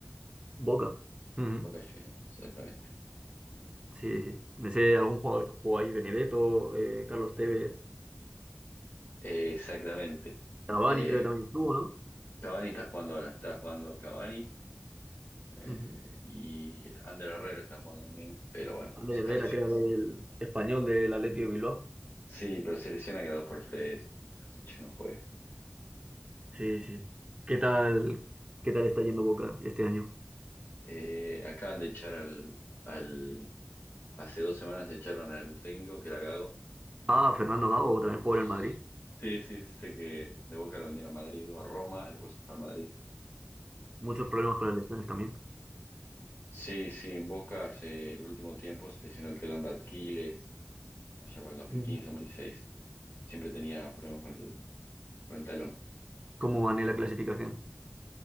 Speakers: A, on the right; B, on the left.
A: Boca. Ujú.
B: Boca Juniors, exactamente.
A: Sí, sí. Me sé algún jugador que jugó ahí, Benedetto, eh, Carlos Tevez,
B: Eh, exactamente.
A: Cavani
B: Eh,
A: creo que también estuvo, ¿no?
B: Cavani está jugando ahora, está jugando Cavani Eh,
A: Ujú.
B: y Ander Herrera está jugando también, pero bueno,
A: Ander
B: se está
A: Herrera,
B: lesi-
A: que era del español del Athletic de Bilbao.
B: Sí, pero se lesiona cada dos por Fres, mucho no juega. Eh,
A: Sí, sí. ¿Qué tal, qué tal está yendo Boca este año?
B: eh, acaban de echar al, al. Hace dos semanas echaron al técnico, que era Gago.
A: Ah, Fernando Gago también
B: Pues,
A: jugó en el Madrid.
B: Sí, sí, sé que de Boca lo vendieron a Madrid o a Roma y después al Madrid.
A: Muchos
B: Eh,
A: problemas con las lesiones también.
B: sí, sí, en Boca hace el último tiempo se lesionó el telón de Aquiles, allá para el 2015,
A: Ujú.
B: 2016. Siempre tenía problemas con el, con el talón.
A: ¿Cómo van en la clasificación?